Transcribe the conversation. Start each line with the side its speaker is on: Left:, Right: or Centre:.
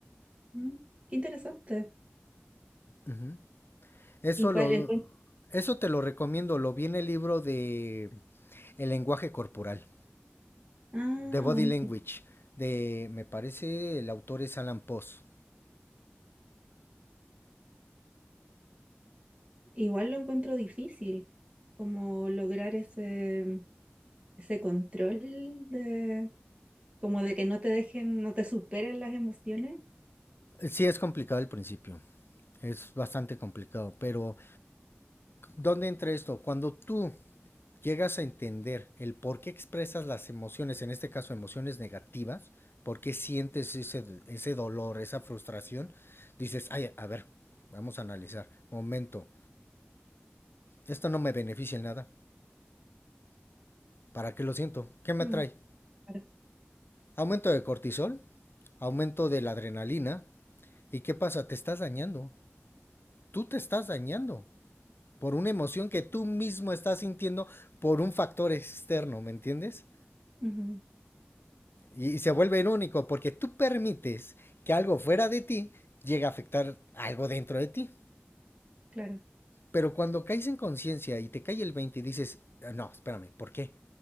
Right: Mm, Qué interesante.
Left: Uh -huh. Eso
Right: Igual
Left: lo,
Right: lo encuentro-
Left: eso te lo recomiendo. Lo vi en el libro de El lenguaje corporal,
Right: Ah,
Left: The Body
Right: buenísimo.
Left: Language, de, me parece, el autor es Alan Post.
Right: Igual lo encuentro difícil, como lograr ese, ese control de, como de que no te dejen, no te superen las emociones.
Left: Sí, es complicado al principio, es bastante complicado, pero ¿dónde entra esto? Cuando tú llegas a entender el por qué expresas las emociones, en este caso emociones negativas, por qué sientes ese, ese dolor, esa frustración, dices, ay, a ver, vamos a analizar, momento, esto no me beneficia en nada, ¿para qué lo siento? ¿Qué me
Right: Mm,
Left: trae?
Right: claro.
Left: Aumento de cortisol, aumento de la adrenalina. ¿Y qué pasa? Te estás dañando. Tú te estás dañando por una emoción que tú mismo estás sintiendo por un factor externo, ¿me entiendes?
Right: Ujú,
Left: Y, y se vuelve irónico porque tú permites que algo fuera de ti llegue a afectar algo dentro de ti.
Right: claro.
Left: Pero cuando caes en conciencia y te cae el 20 y dices, "Ah, no, espérame, ¿por qué?